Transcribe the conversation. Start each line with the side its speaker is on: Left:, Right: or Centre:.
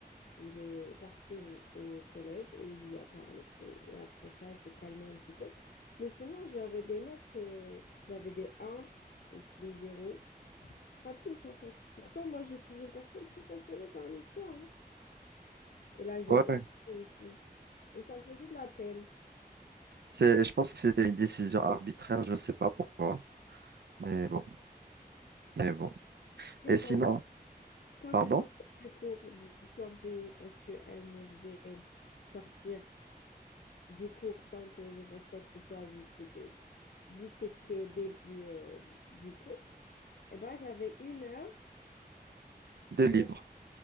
Left: Il est parti au, au collège et il lui a parlé. Et, et après ça, elle s'est calmée un petit peu. Mais sinon, j'avais des notes, euh, j'avais des 1, des 0. Pas plus en fait. Pourtant, moi, je suis une personne très passionnée par l'histoire hein. et la géographie
Right: Ouais,
Left: aussi. Et ça me faisait de la peine.
Right: c'est, je pense que c'était une décision arbitraire, je ne sais pas pourquoi, mais bon, mais bon.
Left: Mais
Right: Et
Left: bon,
Right: sinon,
Left: quand
Right: pardon,
Left: je sortais du cours d'histoire géo, parce qu'elle me faisait sortir du cours sans que je fasse quoi que ce soit, vu que c'était vu que c'était au début euh, du cours, eh ben, j'avais une heure
Right: de libre.
Left: où